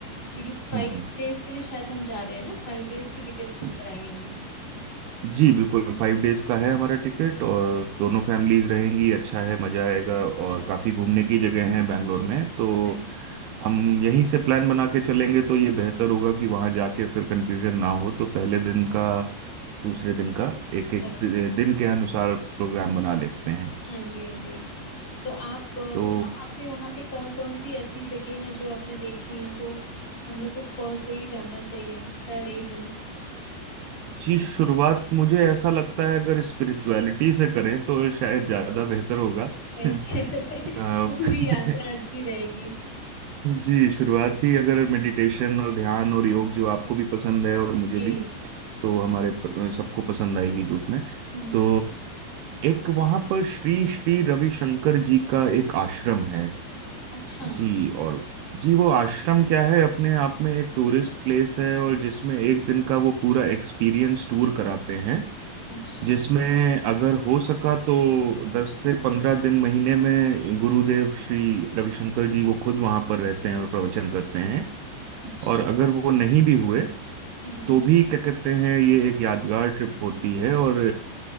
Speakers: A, on the left (about 25°); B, on the right (about 75°).
A: क्योंकि फाइव
B: हम्म,
A: डेज के लिए शायद हम जा रहे हैं ना फाइव डेज की टिकट्स बुक
B: हम्म।
A: कराई है हमने
B: जी बिल्कुल फाइव डेज का है हमारा टिकट और
A: जी
B: दोनों फैमिलीज रहेंगी अच्छा है मजा आएगा और
A: वही
B: काफी घूमने की जगह है बैंगलोर में तो
A: वही
B: हम यहीं से प्लान बना के चलेंगे तो ये बेहतर होगा कि वहां जाके फिर कंफ्यूजन ना हो तो पहले दिन का दूसरे दिन का एक एक
A: वही।
B: दिन के अनुसार प्रोग्राम बना लेते हैं
A: हाँ जी हाँ जी तो आप अ,
B: तो
A: बताओ आपने वहाँ पे कौन कौन सी ऐसी जगह हैं जो आपने देखी हैं जो हम लोग को फर्स्ट डे ही जाना चाहिए पहले ही दिन
B: जी शुरुआत मुझे ऐसा लगता है अगर स्पिरिचुअलिटी से करें तो शायद ज्यादा बेहतर होगा
A: सही कह रहे
B: <laughs>
A: हैं। <laughs>
B: आप
A: पूरी यात्रा
B: <laughs>
A: अच्छी रहेगी
B: जी शुरुआती अगर मेडिटेशन और ध्यान और योग जो आपको भी पसंद है और मुझे
A: जी
B: भी तो हमारे प- सबको पसंद आएगी ग्रुप में
A: हम्म
B: तो एक वहां पर श्री श्री रविशंकर जी का एक आश्रम है
A: अच्छा
B: जी और जी वो आश्रम क्या है अपने आप में एक टूरिस्ट प्लेस है और जिसमें एक दिन का वो पूरा एक्सपीरियंस टूर कराते हैं
A: अच्छा
B: जिसमें अगर हो सका तो दस से पंद्रह दिन महीने में गुरुदेव श्री रविशंकर जी वो खुद वहां पर रहते हैं और प्रवचन करते हैं
A: अच्छा
B: और अगर वो नहीं भी हुए
A: हम्म
B: तो भी क्या कहते हैं ये एक यादगार ट्रिप होती है और